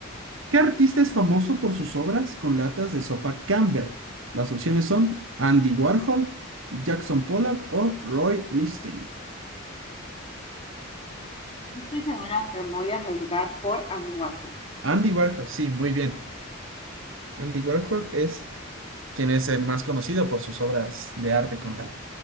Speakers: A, on the right; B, on the left.
A: ¿Qué artista es famoso por sus obras con latas de sopa Campbell? Las opciones son Andy Warhol, Jackson Pollock o Roy Lichtenstein.
B: No estoy segura, pero me voy a arriesgar por Andy Warhol.
A: Andy Warhol, sí, muy bien. Andy Warhol es quien es el más conocido por sus obras de arte con la,